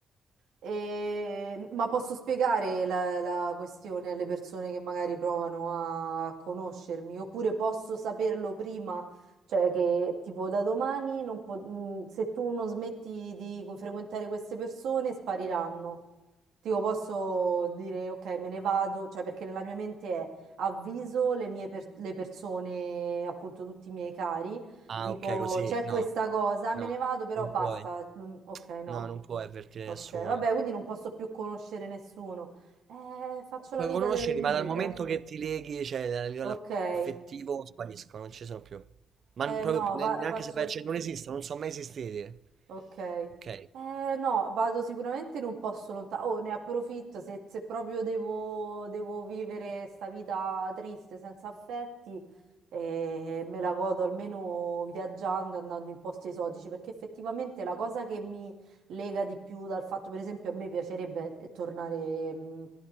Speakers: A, on the right; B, on the right.
A: E- ma posso spiegare la, la questione alle persone che magari provano a conoscermi, oppure posso saperlo prima, cioè che tipo da domani non po- mh, se tu non smetti di frequentare queste persone spariranno. Tipo posso dire ok, me ne vado, cioè perché nella mia mente è avviso le mie per- le persone, appunto tutti i miei cari,
B: Ah,
A: dico
B: ok, così.
A: c'è
B: No,
A: questa cosa,
B: no,
A: me ne vado, però
B: non
A: basta,
B: puoi.
A: non- ok, no.
B: No, non puoi avvertire
A: Ok,
B: nessuno.
A: vabbè, quindi non posso più conoscere nessuno. Eh, faccio
B: Puoi
A: la vita
B: conoscerli,
A: d'eremita.
B: ma dal momento che ti leghi, cioè a livello
A: Ok. Eh,
B: affettivo, spariscono, non ci sono più. Ma non- proprio
A: no,
B: più, ne-
A: va-
B: neanche
A: faccio.
B: se vai a cer- non esistono, non sono mai esistiti.
A: Ok. Eh,
B: Ok,
A: no, vado sicuramente in un posto lontano. Oh, ne approfitto se, se proprio devo, devo vivere sta vita triste, senza affetti, eh, me la godo almeno viaggiando, andando in posti esotici, perché effettivamente la cosa che mi lega di più dal fatto, per esempio, a me piacerebbe eh, tornare, mh,